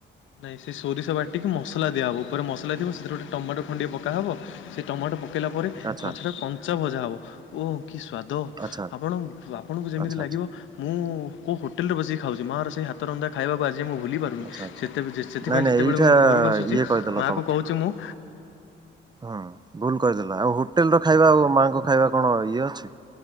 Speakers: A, on the left (about 75°); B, on the right (about 20°).
A: ନାଇଁ ସେ ସୋରିଷ ବାଟିକି ମସଲା ଦିଆହବ ଉପରେ ମସଲା ଥିବ ସେଥିରେ ଗୋଟେ ଟମାଟୋ ଖଣ୍ଡିଏ ପକାହବ ସେ ଟମାଟୋ ପକେଇଲା ପରେ
B: ଆଚ୍ଛା
A: ମାଛ ଟା କୁ କଞ୍ଚା ଭଜା ହବ ଓ କି ସ୍ଵାଦ
B: ଆଚ୍ଛା
A: ଆପଣ ଆପଣଙ୍କୁ ଯେମିତି
B: ଆଚ୍ଛା
A: ଲାଗିବ
B: ଆଚ୍ଛା
A: ମୁଁ କୋଉ ହୋଟେଲରେ ବସିକି ଖାଉଛି ମା ର ସେଇ ହାତ ରନ୍ଧା ଖାଇବାକୁ ଆଜି ମୁଁ ଭୁଲି ପାରୁନି।
B: ଆଚ୍ଛା ଆଚ୍ଛା
A: ସେତେ ବେ ସେ ସେଥିପାଇଁ
B: ନାଇଁ ନାଇଁ
A: ଯେତେବେଳେ
B: ଏଇଟା
A: ମୁଁ ଘରକୁ ଆସୁଚି
B: ଇଏ କହିଦେଲ
A: ମା କୁ କହୁଚି ମୁଁ
B: ହଁ ଭୁଲ କରିଦେଲ ଆଉ ହୋଟେଲ ର ଖାଇବା ଆଉ ମାଆଙ୍କ ଖାଇବା କଣ ଇଏ ଅଛି।